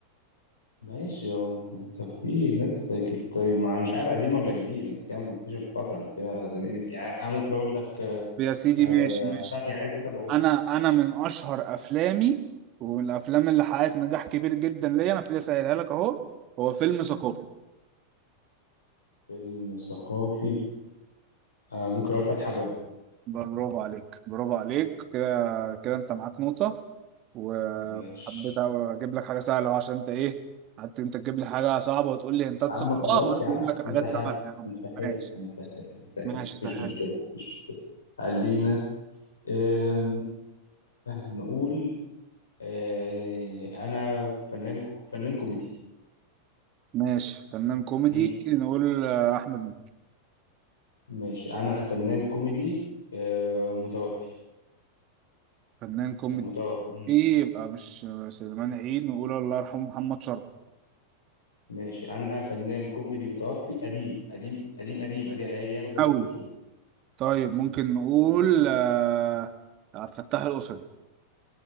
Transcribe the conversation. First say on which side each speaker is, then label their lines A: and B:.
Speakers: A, on the left (about 75°); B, on the right (about 35°).
A: ماشي هو انت أنت في ناس كت... طيب ما مش عارف قديم ولا جديد انت كده بتكتشف فترة انت كده زنقني في يعني انا ممكن اقول لك
B: يا سيدي
A: آه،
B: ماشي ماشي
A: ثانية عزت ابو عوف
B: انا انا من اشهر افلامي ومن الافلام اللي حققت نجاح كبير جدا ليا انا ابتدي اسهلها لك اهو هو فيلم ثقافي
A: فيلم ثقافي آه ممكن اقول فتح ابواب
B: برافو عليك برافو عليك كده كده انت معاك نقطه وحبيت
A: مش
B: أوي اجيب لك حاجه سهله أهو عشان انت ايه قعدت انت تجيب لي حاجه صعبه وتقول لي هنتات
A: يا عم
B: صعبه
A: خلاص
B: وانا
A: يا
B: بقول
A: عم
B: لك
A: هنسهل
B: حاجات سهله يا عم
A: هنسهل
B: ماشي
A: هنسهل هنسهل
B: ماشي
A: مفيش
B: سهل
A: مشكلة مفيش مشكلة خلينا آه نقول آه انا فنان فنان كوميدي
B: ماشي فنان كوميدي
A: مم.
B: نقول آه، احمد مكي
A: ماشي انا فنان كوميدي آه متوفي
B: فنان كوميدي
A: متوفي مم.
B: ايه يبقى مش سليمان عيد نقول الله يرحمه محمد شرف
A: ماشي انا فنان كوميدي متوفي قديم قديم قديم قديم قديم ايام الابيض
B: قوي
A: والاسود
B: طيب ممكن نقول آه، عبد الفتاح القصري